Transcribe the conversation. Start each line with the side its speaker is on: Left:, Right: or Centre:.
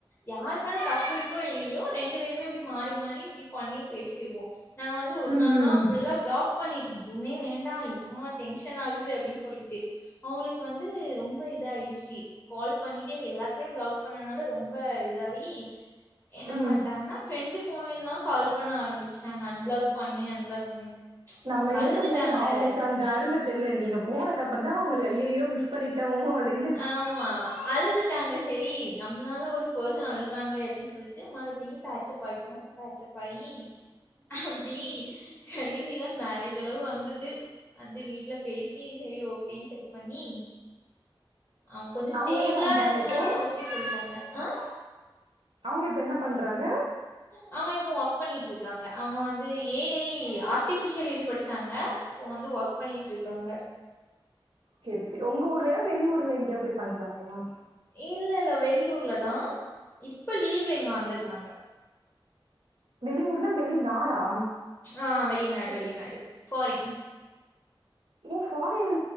Left: யாரு மேல தப்பு இருக்கோ இல்லயோ ரெண்டு பேருமே அப்டி மாறி மாறி இப்டி பண்ணி பேசிருவோ நா வந்து ஒரு
Right: ம்
Left: நாள்லா
Right: ம்
Left: ஃபுல்லா பிளாக் பண்ணிட்டே எதுவுமே வேண்டா எம்மா டென்ஷன் ஆகுது அப்டின்னு சொல்லிகிட்டு அவுங்களுக்கு வந்து ரொம்ப இதாயிடுச்சு கால் பண்ணிட்டே எல்லாத்துலயும் பிளாக் பண்ணனால ரொம்ப இதாகி என்ன
Right: ம்
Left: பண்டாங்கன்னா ஃப்ரெண்டு ஃபோன்லனா கால் பண்ண ஆரம்பிச் டாங்க அன் பிளாக் பண்ணு அன் பிளாக் பண்ணு
Right: நம்ம
Left: அழுதுட்டாங்க
Right: இருக்கும் போது அவங்களுக்கு அந்த அரும தெர்ல நீங்க போனக்கு அப்புற தா ஐயயோ மிஸ் பண்ணிட்டோமோ அப்டின்னு
Left: ஆமா அழுதுட்டாங்க செரி நம்மளால ஒரு பர்ச சன் அழுறாங்களே அப்டின்னு சொல்லிட்டு மறுபடியு பேட்ச் அப் ஆயிட்டோ பேட்ச் அப் ஆயி அப்டி கடைசியில மேரேஜ் ஜ் அளவு வந்தது வந்து வீட்ல பேசி செரி ஓகேன்னு செக் பண்ணி அவுங்க கொஞ்ச ஸ்டேபிளா
Right: அவங்க என்ன பண்றாங்க
Left: இருந்தனால
Right: இப்போ
Left: ஓகே சொல்லிட்டாங்க ஆ
Right: அவுங்க இப்ப என்ன பண்றாங்க
Left: அவுங்க இப்போ ஒர்க் பண்ணிட்டு இருக்காங்க அவுங்க வந்து ஏ ஐ ஆர்ட்டிஃபிஷியல் இது படிச்சாங்க இப்போ வந்து ஒர்க் பண்ணிட்டு இருக்காங்க
Right: செரி செரி உங்க ஊர்லயா வெளி ஊர்ல எங்கேயா போய் பண்றாங்களா
Left: இல்ல இல்ல வெளியூர்ல தா இப்ப லீவ்ல இங்க வந்திருக்காங்க
Right: வெளியூர்னா வெளி நாடா
Left: ஆ வெளிநாடு வெளிநாடு ஃபாரின்
Right: ஓ ஃபாரின்